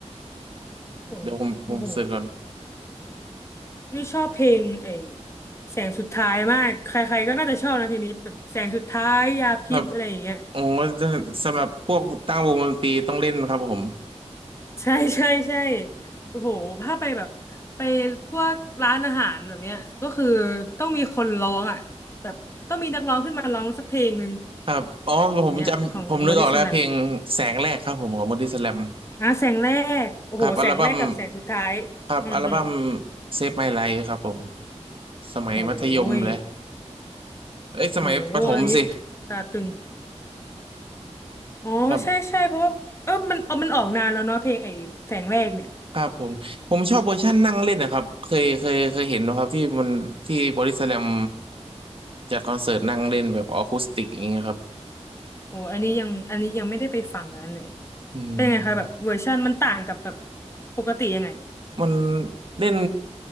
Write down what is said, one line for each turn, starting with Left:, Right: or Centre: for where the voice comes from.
Left: โห
Right: เดี๋ยวผมผมเสิร์ชก่อน
Left: โอ้โหนี่ชอบเพลงไอ้แสงสุดท้ายมากใครๆก็น่าจะชอบนะเพลงนี้แบบแสงสุดท้ายยาพิษอะไรอย่างเงี้ย
Right: ครับโอ้สำหรับพวกตั้งวงดนตรีต้องเล่นครับผม
Left: ใช่ใช่ใช่โอ้โหถ้าไปแบบไปพวกร้านอาหารแบบเนี้ยก็คือต้องมีคนร้องอ่ะแบบต้องมีนักร้องขึ้นมาร้องสักเพลงหนึ่ง
Right: ครับอ๋อผมจำผมนึกออกแล้วเพลงแสงแรกครับผมของบอดี้สแลม
Left: อย่างเงี้ยของบอดี้สแลมอ่ะแสงแรกโอ้โหแสงแรกกับแสงสุดท้ายอืมอืม
Right: ครับอัลบั้มครับอัลบั้ม Save My Life ครับผม สมัยมัธยมเลย
Left: โอ้ย
Right: เอ้ย สมัยประถมสิ
Left: โอ้โหอันนี้ตาตึงอ๋อใช่ใช่เพราะว่าเออมันเออมันออกนานแล้วเนาะเพลงไอ้แสงแรกเนี่ย
Right: ครับครับผม ผมชอบเวอร์ชันนั่งเล่นนะครับเคยเคยเคยเห็นนะครับที่มันที่บอดี้สแลมจัดคอนเสิร์ตนั่งเล่นแบบออคูสติกอย่างเงี้ยครับ
Left: โอ้อันนี้ยังอันนี้ยังไม่ได้ไปฟังนั้นเลย
Right: อืม
Left: เป็นไงคะแบบเวอร์ชันมันต่างกับแบบปกติยังไง
Right: มันเล่น